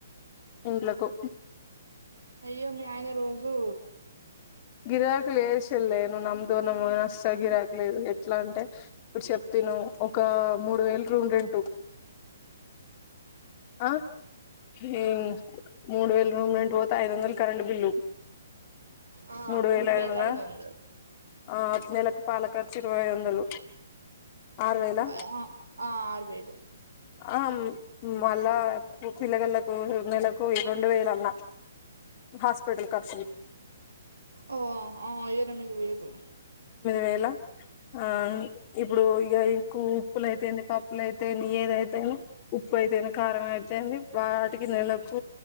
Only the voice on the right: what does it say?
అయ్యో మీ ఆయన రోజు
ఆ
వేల ఐదు వందలు
ఆ ఆరు వేలు
ఓ ఓ ఎనిమిది వేలు